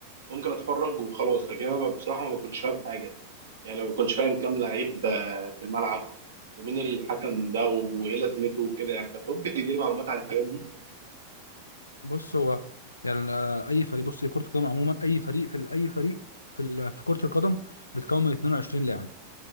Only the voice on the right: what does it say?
ممكن أتفرج وخلاص لكن أنا بصراحة ما بكونش فاهم حاجة يعني ما بكونش فاهم كام لعيب آه، في الملعب ومين الحكم ده و- وإيه لازمته وكده يعني فأنت ممكن تديني معلومات عن الحاجات دي